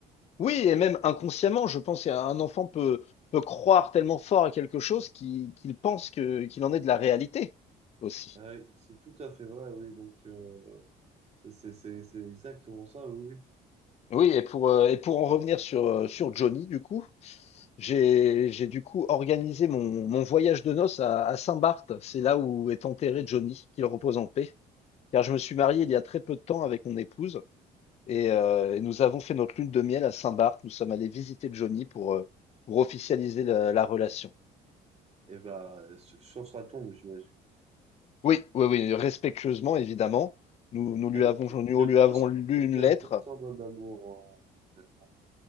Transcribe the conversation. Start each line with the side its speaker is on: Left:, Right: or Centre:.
Left: Oui, et même inconsciemment, je pense qu'un enfant peut, peut croire tellement fort à quelque chose qu'il qu'il pense que, qu'il en est de la réalité aussi.
Right: Ouais, c'est tout à fait vrai, oui. Donc, euh, c'est c'est- c'est- c'est exactement ça, oui, oui.
Left: Oui, et pour, euh, et pour en revenir sur, euh, sur Johnny, du coup. J'ai j'ai du coup organisé mon, mon voyage de noces à, à Saint-Barth. C'est là où est enterré Johnny, qu'il repose en paix. Car je me suis marié il y a très peu de temps avec mon épouse et, euh, et nous avons fait notre lune de miel à Saint-Barth. Nous sommes allés visiter Johnny pour, euh, pour officialiser la, la relation.
Right: Et bah, sur sur sa tombe, j'imagine.
Left: Oui, oui, oui, respectueusement, évidemment. Nous, nous
Right: Quel,
Left: lui avons,
Right: quel-
Left: nous
Right: quel
Left: lui avons
Right: beau,
Left: lu une
Right: quel
Left: lettre.
Right: beau symbole d'amour, euh, honnêtement.